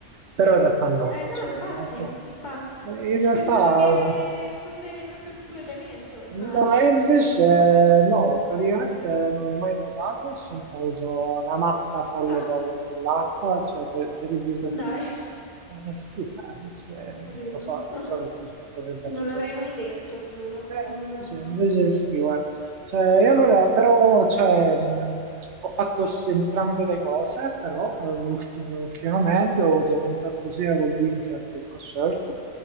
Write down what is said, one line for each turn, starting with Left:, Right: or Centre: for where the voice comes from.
Right: però in realtà no,
Left: eh no,
Right: cioè,
Left: infatti,
Right: in realtà,
Left: infatti.
Right: eh, in realtà
Left: Pensavo che fosse proprio il tuo elemento, il
Right: No,
Left: mare, invece
Right: e invece
Left: non...
Right: no, praticamente non ho mai nuotato, ho sempre avuto una matta folle
Left: Ah,
Right: paura nell'acqua, cioè te- terribilmente
Left: dai,
Right: spaventato. Eh, sì, eh, cioè,
Left: <laughs> ho capito.
Right: lo so, lo
Left: Ah,
Right: so che ti potrebbe
Left: Non
Right: essere
Left: l'avrei
Right: sorprendente.
Left: mai detto, giuro.
Right: Eh,
Left: Non...
Right: invece, invece sì, guarda, cioè, e allora, però, cioè, mh, ho fatto s- entrambe le cose, però eh, le ultime- ultimamente ho avuto contatto sia con windsurf che con surf.